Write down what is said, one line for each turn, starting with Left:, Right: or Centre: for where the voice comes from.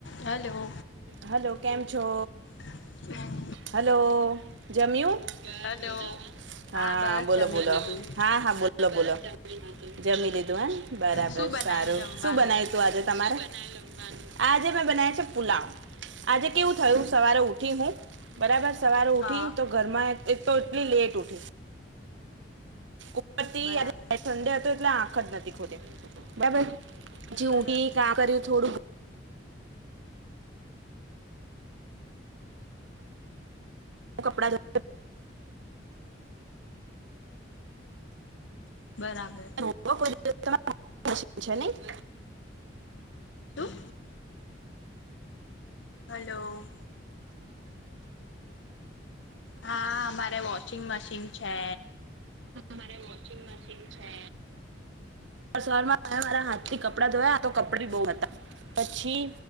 Left: હલો
Right: હલો કેમ છો?
Left: હ.
Right: હલો જમ્યુ બસ
Left: હલો
Right: મજામાં. હા
Left: બસ
Right: બોલો
Left: જમી
Right: બોલો
Left: લીધું
Right: હા હા બોલો બોલો. જમી લીધું હમ બરાબર
Left: શું બનાયું
Right: સારું
Left: જમવાનું
Right: શું બનાય તું આજે તમારે. આજે મેં બનાવ છે પુલાવ આજે કેવું થયું સવારે ઉઠી હું. બરાબર સવારે ઉઠી
Left: હા
Right: તો ઘરમાં તો એટલી લેટ ઉઠી. ઉપરથી
Left: બરાબર
Right: આજે સંડે હતો એટલે આંખ જ નથી ખોલી બરાબર. જે
Left: બરાબર
Right: ઉઠી કામ કર્યું થોડું કપડા ધોયા.
Left: બરાબર.
Right: <unintelligible> છે ને નઈ.
Left: શું. હલો. હા અમારે વોશિંગ મશીન છે.
Right: મારે વોશિંગ મશીન છે. સવારમાં મારા હાથ થી કપડા ધોયા તો કપડા બહુ હતા પછી